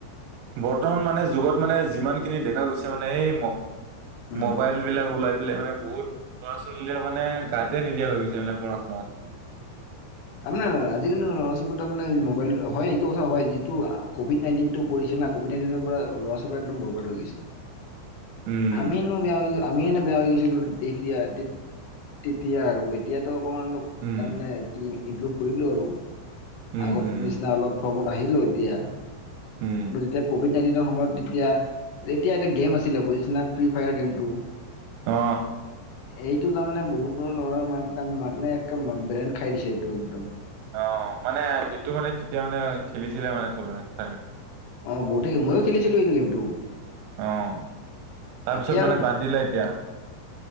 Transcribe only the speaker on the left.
উম
আপোনাৰ আজিকালি ল'ৰা ছোৱালী তাৰ মানে মবাইল হয় এইটো কথা হয় যিটো কভিড নাইনটিনটো পৰিছে না কভিড <unintelligible> পৰা লৰা ছোৱালীবোৰ একদম বৰবাদ হৈ গৈছে।
আমিনো বেয়া হৈ যা আমি এনে বেয়া হৈ গৈছিলো এতিয়া তেতিয়া আৰু এতিয়াতো অকণমান অলপ
তাৰমানে কি ইম্প্ৰুভ কৰিলো আৰু
আগত
নিচিনা অলপ। ফ্ৰমত আহিলো এতিয়া
কিন্তু যেতিয়া কভিড এদিনৰ সময়ত তেতিয়া, তেতিয়া এটা গেম আছিলে বুজিছে না ফ্ৰী ফায়াৰ গেমটো
এইটো তাৰমানে বহুত বহুত ল'ৰা মান তাৰমানে এক ব্ৰেন খাই দিছে এইটো একদম।
অ', বহুতে ময়ো খেলিছিলোঁ এইটো গেমটো।
এতিয়া
আৰু